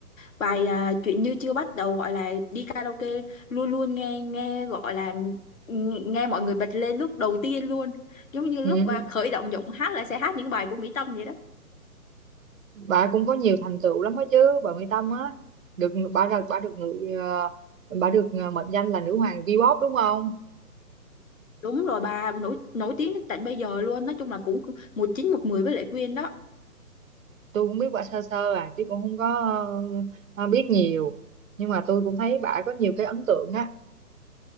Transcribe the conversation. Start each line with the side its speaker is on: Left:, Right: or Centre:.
Left: bài à, chuyện như chưa bắt đầu gọi là đi karaoke luôn luôn nghe nghe gọi là ng- nghe mọi người bật lên lúc đầu tiên luôn. Giống như
Right: ừ.
Left: lúc à, khởi động giọng hát là sẽ hát những bài của Mỹ Tâm vậy đó.
Right: bà cũng có nhiều thành tựu lắm đó chứ bà Mỹ Tâm á được bà ra bà được người ờ, bà được ờ, mệnh danh là nữ hoàng V-pop đúng không
Left: Đúng rồi bà nổi nổi tiếng đến tận bây giờ luôn, nói chung là cũng một chín một mười với Lệ Quyên đó.
Right: tôi cũng biết bà sơ sơ à chứ cũng không có ờ, biết nhiều nhưng mà tôi cũng thấy bà có nhiều cái ấn tượng á